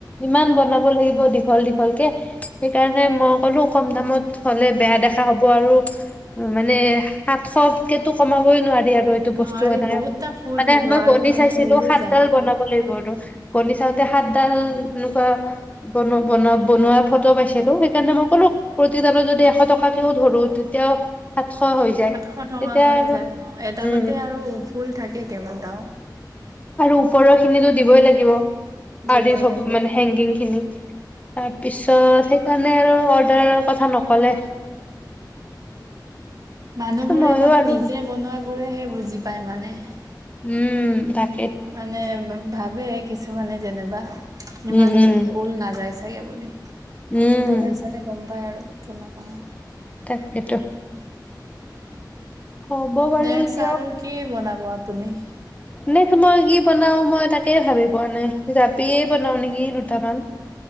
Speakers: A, on the left; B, on the right.
A: ইমান বনাব লাগিব দীঘল-দীঘল কে, সেইকাৰণে মই ক'লো কম দামত হ'লে বেয়া দেখা হ'ব আৰু মানে সাতশতকেটো কমাবই নোৱাৰি আৰু। টো বস্তু
B: নোৱাৰি
A: এদাই,
B: বহুতটা ফুল
A: মানে
B: হ'ব
A: মই
B: আৰু
A: গনি
B: মানে
A: চাইছিলো,
B: ওলো
A: সাতডাল
B: যায় বহুত
A: বনাব লাগিব আৰু। গনি চাওঁতে, সাতডাল তেনেকুৱা বনোৱা, বনোৱা, বনোৱা ফটো পাইছিলোঁ, সেইকাৰণে মই ক'লো প্ৰতি দালত যদি এশ টকাকেও ধৰো, তেতিয়াও সাতশ হৈ যায়।
B: সাতশ টকা
A: তেতিয়া
B: হৈ
A: আৰু
B: যায়, অ, এডালতে
A: উম
B: আৰু ফুল থাকে কেইবাটাও।
A: আৰু ওপৰৰ খিনিতো দিবই লাগিব,
B: দিবই
A: আৰি সব
B: লাগে
A: মানে হেংগিং খিনি। তাৰপিছত সেইকাৰণে আৰু অৰ্ডাৰৰ কথা নক'লে।
B: মানুহ বোৰে
A: মইয়ো
B: মানে
A: আৰু
B: নিজে বনোৱাবোৰেহে বুজি পায় মানে।
A: উম, তাকে।
B: মানে, ভাবে কিছুমানে যেনিবা ইমান
A: উম উম
B: ঊল নাযাই চাগে। থাকে বুলি,
A: উম
B: বনাই চালে গম পাই আৰু কেনেকুৱা
A: তাকেতো। হ'ব বাৰু
B: নেক্স
A: দিয়ক
B: আৰু কি বনাব আপুনি?
A: নেক্স মই কি বনাও, মই তাকে ভাবি পোৱা নাই? জাপিয়ে বনাও নেকি দুটামান?